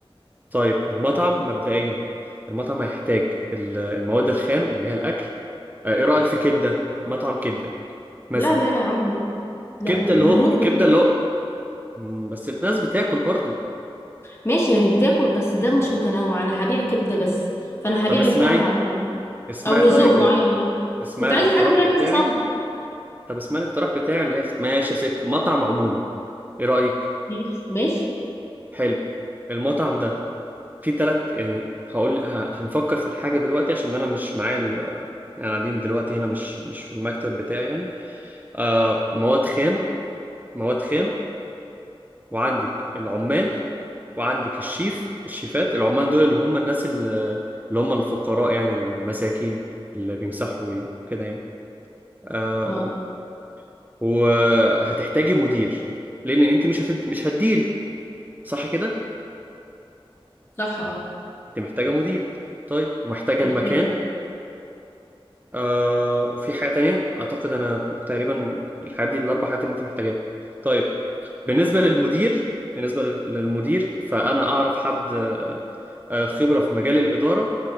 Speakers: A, on the right (about 20°); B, on the left (about 25°).
A: طيب المطعم مبدئيا المطعم هيحتاج ال- المواد الخام اللي هي الاكل اه، ايه رايك في كبده مطعم كبده مثلا
B: لا لا يا عم لا لا
A: كبده
B: لا
A: اللي
B: مهروسة
A: هو كبده
B: دي
A: اللي هو مم، بس الناس بتاكل برضو
B: ماشي ما هي بتاكل بس ده مش متنوع انا هبيع كبدة بس فانا
A: طب
B: هبيع
A: اسمعي
B: لفئة معينة
A: اسمعي
B: او لذوق
A: طيب
B: معين
A: ال...
B: واحد
A: اسمعي
B: كنت
A: الاقتراح
B: عايزة حاجة فيها
A: بتاعي
B: كذا صنف
A: طب اسمع الاقتراح بتاعي اللي آخر- ماشي يا ستي مطعم عموما ايه رأيك
B: ماشي ماشي
A: حلو المطعم ده فيه تلات يعني هقول ه- هنفكر في الحاجة دلوقتي عشان انا مش معايا ال... يعني قاعدين دلوقتي هنا مش مش في المكتب بتاعي يعني آه مواد خام مواد خام وعندك العمال وعندك الشيف الشيفات العمال دول اللي هم الناس اللي, اللي هم الفقراء يعني المساكين اللي بيمسحوا وي- كده يعني آه
B: اه
A: وهتحتاجي مدير لان انت مش هتد... مش هتديري صح كده
B: صح اه
A: انت محتاجه مدير طيب ومحتاجه
B: محتاجة
A: المكان
B: فعلا
A: آه وفي حاجه تانية اعتقد انا تقريبا الحاجات دي الاربع حاجات اللي انت محتاجاها طيب بالنسبه للمدير بالنسبه لل- للمدير فانا اعرف حد آه، آه، خبره في مجال الاداره